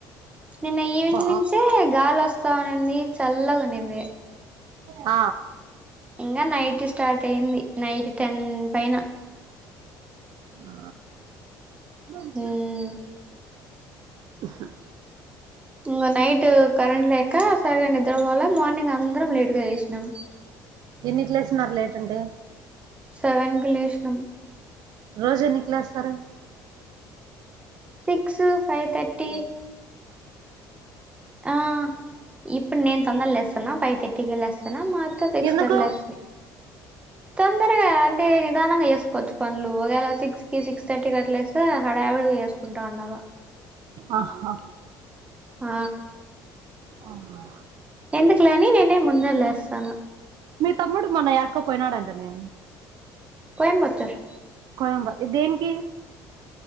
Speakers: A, on the right; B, on the right.
A: నిన్న ఈవెనింగ్
B: బా
A: నుంచే గాలి వస్తావునుంది చల్లగు నువ్వే
B: ఆ
A: ఇంగ నైట్ ఇ స్టార్ట్ అయింది నైట్ టెన్ పైన
B: ఆ మంచు
A: మ్మ్
B: <unintelligible>
A: ఇంగ్ నైట్ కరెంట్ లేక సరీగా నిద్రపోలే మార్నింగ్ అందరం లేట్ ఇప్పుడే లేసినమ్
B: ఎన్నిట్లేస్తున్నారు లేటంటే
A: సెవెన్కి లేసినం
B: రోజు ఎన్నిక్లేస్తారు
A: సిక్స్, ఫైవ్ తర్టీ ఆ ఇప్పుడ్ నేను తొందర్ లెేస్తున్న ఫైవ్ తర్టీకే లెస్ ప్రణామాల్ త్త <unintelligible>
B: ఎందుకు
A: లేస్తాది తొందరగా అంటే నిదానంగా చేసుకోవచ్చు పనులు ఒకవేళ సిక్స్ కి సిక్స్ థర్టీకి అట్లాలేస్తే హడావిడిగా చేసుకుంటా ఉండాల
B: ఆహ్హ
A: ఆ
B: అవునా
A: ఎందుకులే అని నేనే ముందే లేస్తాను
B: మీ తమ్ముడు మొన్న ఏడికోపోయినాడంటనే
A: కోయంబత్తర్
B: కోయన్బ ఇదేనికి